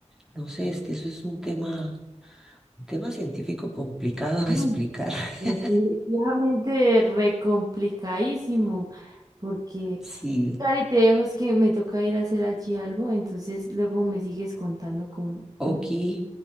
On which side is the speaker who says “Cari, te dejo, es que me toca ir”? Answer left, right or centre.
Right